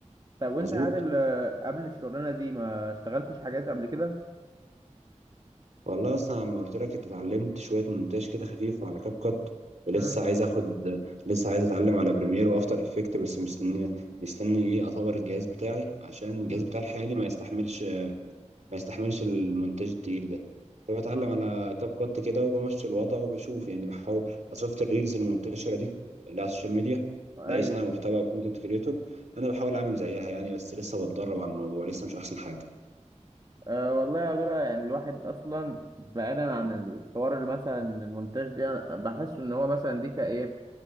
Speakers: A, on the right; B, on the right.
A: طب وانت
B: مظبوط
A: يا عادل آه، قبل الشغلانة دي ما اشتغلتش حاجات قبل كده؟
B: والله اصلا لما قلت لك انت اتعلمت شويه مونتاج كده خفيف على كاب كات ولسه
A: مم.
B: عايز اخد لسه عايز اتعلم على بريمير وافتر افكت بس مستني مستني ايه اطور الجهاز بتاعي عشان الجهاز
A: مم.
B: بتاعي الحالي ما يستحملش ما يستحملش المونتاج التقيل ده فبتعلم
A: اه
B: على كاب كات كده وبمشي الوضع وبشوف يعني بحاول أنا شفت الريلز المنتشرة دي اللي على السوشيال ميديا
A: ايوه
B: لأي صانع محتوى كونتنت كريتور أنا بحاول أعمل زيها يعني بس لسه بتدرب على الموضوع لسه مش أحسن حاجة
A: أه والله يا عبدالله يعني الواحد أصلا بعيدا عن الحوار اللي مثلا المونتاج ده أنا بحس إن هو مثلا دي كإيه